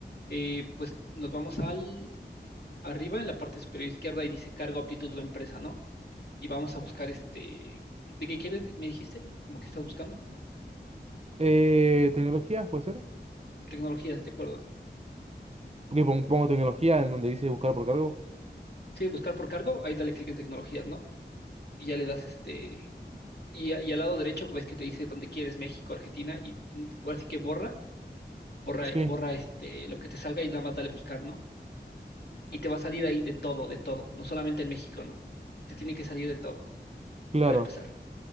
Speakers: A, on the left; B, on the right.
A: Eh, pues nos vamos al arriba en la parte superior izquierda y dice cargo, aptitud o empresa, ¿no? Y vamos a buscar este, ¿de qué quieres? Me dijiste, como que estás buscando
B: Eh, ¿tecnología puede ser?
A: tecnologías, ¿de acuerdo?
B: Porque pon- pongo tecnología en donde dice buscar por cargo.
A: Sí, buscar por cargo, ahí dale clic en tecnologías, ¿no? Y ya le das este, y, a- y al lado derecho ves que te dice dónde quieres, México, Argentina, y mm, ahora sí que borra, borra,
B: Sí,
A: borra este, lo que te salga y nada más dale buscar, ¿no? Y te va a salir ahí de todo, de todo, no solamente en México, ¿no? Te tiene que salir en todo,
B: claro.
A: para empezar.